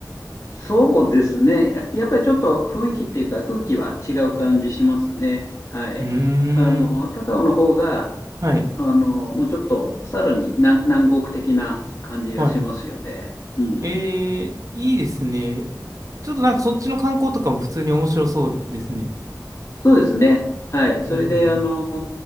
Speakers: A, on the left (about 40°); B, on the right (about 50°).
A: そうですね。や、やっぱりちょっと雰囲気っていうか空気は違う感じしますね。はい。
B: うーん、
A: あの、高尾の方が、
B: はい、
A: あの、もうちょっとさらに南、南国的な感じがしますよね。
B: はい。
A: うん。
B: えー、いいですね。ちょっとなんかそっちの観光とかも普通に面白そうですね。
A: そうですね。はい。それで、
B: うんうん。
A: あの、